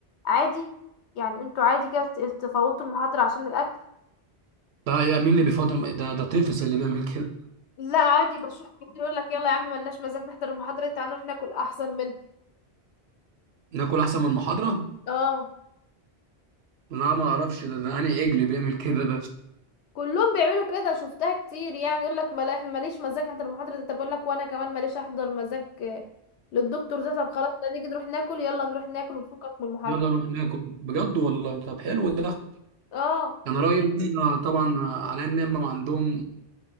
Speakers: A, on the left; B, on the right.
A: عادي يعني انتوا عادي كده ت- تفوتوا المحاضره عشان الاكل
B: ده ايه مين اللي بيفضل ده ده طفل اللي بيعمل كده
A: لا عادي بشوف كتير يقول لك يلا يا عم ملناش مزاج نحضر المحاضرة دي تعالى نروح ناكل احسن من
B: ناكل احسن من المحاضره
A: اه
B: لا ما اعرفش ده, ده انا عجل بيعمل كده ده
A: كلهم بيعملوا كده شفتها كتير يعني يقول لك ملا احنا ماليش مزاج احضر المحاضرة دي طب اقول لك وانا كمان ماليش احضر مزاج آه، للدكتور ده طب خلاص ده نيجي نروح ناكل يلا نروح ناكل ونفكك من المحاضرة
B: يلا نروح ناكل بجد والله طب حلو ده
A: اه
B: يعني انا رايي ان هم طبعا على النعمه ما عندهم